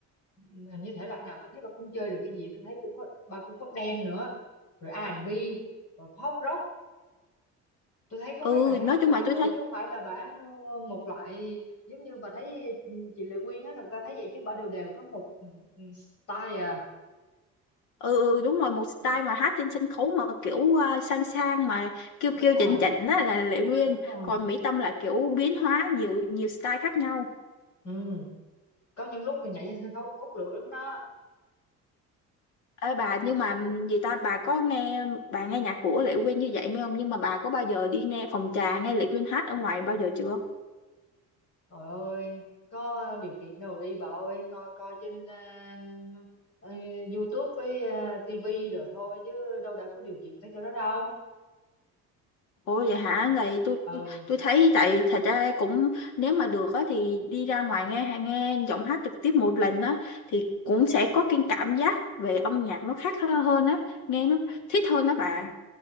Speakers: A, on the left; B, on the left.
A: Ừm, hình như thể loại nào tôi thấy bà cũng chơi được cái gì tôi thấy cũng có bà cũng có dance nữa rồi R&B rồi pop rock tôi thấy có
B: ừ
A: mấy bài hát
B: nói
A: của
B: chung
A: bà
B: là tôi
A: ừ
B: thấy
A: chứ không phải là bà ờ, một loại giống như bà thấy ừm, chị Lệ Quyên á thật ra thấy vậy chứ bà đều đều có một ừm, style à
B: ừ ừ, đúng rồi một style
A: Ừ.
B: mà hát trên sân khấu mà kiểu à, sang sang mà kêu
A: đúng
B: kêu
A: rồi
B: chỉnh chỉnh á là Lệ Quyên
A: Ừ. đúng rồi
B: còn Mỹ Tâm là kiểu biến hóa nhiều nhiều style khác nhau
A: ừ. có những lúc thì nhảy trên sân khấu cũng bốc lửa lắm đó
B: Ê bà nhưng mà ừm, gì ta bà có nghe bà nghe nhạc của Lệ Quyên như vậy mới không nhưng mà bà có bao giờ đi nghe phòng trà nghe Lệ Quyên hát ở ngoài bao giờ chưa
A: Trời ơi, có điều kiện đâu đi bà ơi, ngồi coi trên à, à, YouTube với à, TV rồi thôi chứ đâu đã có điều kiện tới chỗ đó đâu.
B: Ủa vậy hả? Vậy tôi
A: Ừ,
B: tôi thấy tại thật ra cũng nếu mà được á thì đi ra ngoài nghe hay nghe giọng hát trực tiếp một lần á thì cũng sẽ có cái cảm giác về âm nhạc nó khác hơn hơn á, nghe nó thích hơn đó bà.